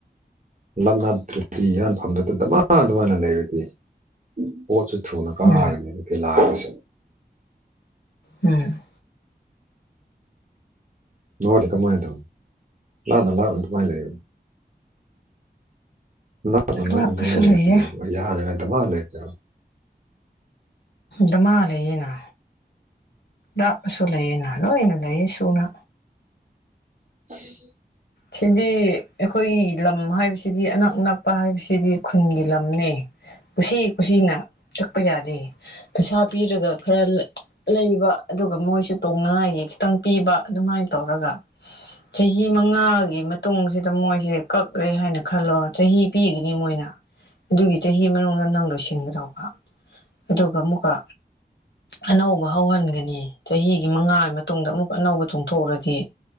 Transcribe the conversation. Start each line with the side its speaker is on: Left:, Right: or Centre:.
Right: ꯅꯪꯒ ꯐꯤ ꯥꯟꯐꯝꯗꯨꯇ ꯗꯃꯥ ꯗꯃꯥ ꯂꯩꯔꯗꯤ ꯄꯣꯠꯁꯨ ꯊꯨꯅ ꯀꯥꯒꯅꯦ
Left: ꯎꯝ
Right: ꯄꯦꯂꯥꯗꯨꯁꯨ
Left: ꯎꯝ
Right: ꯅꯣꯗꯤ ꯀꯃꯥꯏꯅ ꯇꯧꯅꯤ ꯂꯥꯞꯅ ꯂꯥꯞꯅ ꯑꯗꯨꯃꯥꯏꯅ ꯂꯩ ꯅꯛꯅ ꯅꯛꯅ
Left: ꯂꯥꯞꯄꯁꯨ
Right: ꯑꯗꯨꯨꯃꯥꯏꯅ ꯂꯩꯔꯦꯗꯤ
Left: ꯂꯩꯌꯦ
Right: ꯌꯥꯟꯅꯉꯥꯏ ꯗꯃꯥ ꯂꯩꯒꯅꯤ
Left: ꯗꯃꯥ ꯂꯩꯌꯦꯅ ꯂꯥꯞꯄꯁꯨ ꯂꯩꯌꯦꯅ ꯂꯣꯏꯅ ꯂꯩꯌꯦ ꯁꯨꯅ
Right: <unintelligible>
Left: ꯁꯤꯗꯤ ꯑꯩꯈꯣꯏꯒꯤ ꯂꯝ ꯍꯥꯏꯕꯁꯤꯗꯤ ꯑꯅꯛ ꯑꯅꯛ ꯀꯛꯄ ꯍꯥꯏꯕꯁꯤꯗꯤ ꯈꯨꯟꯒꯤ ꯂꯝꯅꯦ ꯀꯨꯁꯤ ꯀꯨꯁꯤꯅ ꯀꯛꯄ ꯌꯥꯗꯦ ꯄꯩꯁꯥ ꯄꯤꯔꯒ ꯈꯔ ꯂꯩ ꯂꯩꯕ ꯑꯗꯨꯒ ꯃꯣꯏꯁꯨ ꯇꯣꯡꯅꯉꯥꯏꯒꯤ ꯈꯤꯇꯪ ꯄꯤꯕ ꯑꯗꯨꯃꯥꯏꯅ ꯇꯧꯔꯒ ꯆꯍꯤ ꯃꯉꯥ ꯑꯗꯨꯒꯤ ꯃꯇꯨꯡꯁꯤꯗ ꯃꯣꯏꯁꯦ ꯀꯛꯂꯦ ꯍꯥꯏꯅ ꯈꯜꯂꯣ ꯆꯍꯤ ꯄꯤꯒꯅꯤ ꯃꯣꯏꯅ ꯑꯗꯨꯒꯤ ꯆꯍꯤ ꯃꯅꯨꯡꯗ ꯅꯪ ꯂꯣꯏꯁꯤꯡꯒꯗꯧꯕ ꯑꯗꯨꯒ ꯑꯃꯨꯛꯀ ꯑꯅꯧꯕ ꯍꯧꯍꯟꯒꯅꯤ ꯆꯍꯤꯒꯤ ꯃꯉꯥꯒꯤ ꯃꯇꯨꯡꯗ ꯑꯃꯨꯛ ꯑꯅꯧꯕ ꯆꯣꯡꯊꯣꯛꯔꯛꯑꯗꯤ